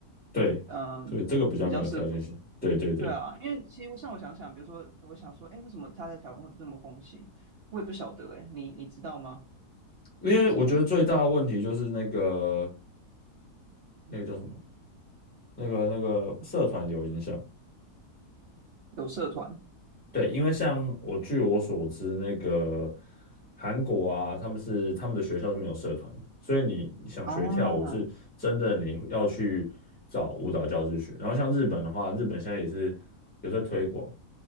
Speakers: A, in the centre; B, on the right.
A: 对对，
B: 嗯，
A: 这个比较没有条件性。
B: 比较适合做，
A: 对对对，
B: 对啊，因为其实像我想想，比如说我想说，哎，为什么他在台湾会这么风行？我也不晓得，哎，你你知道吗？
A: 因为我觉得最大的问题就是那个
B: 为什么
A: 那个叫什么，那个那个社团有影响，
B: 有社团
A: 对，因为像我据我所知，那个韩国啊，他们是他们的学校是没有社团的，所以你想学跳舞是真的你要去找舞蹈教室学。
B: 啊？
A: 然后像日本的话，日本现在也是有在推广，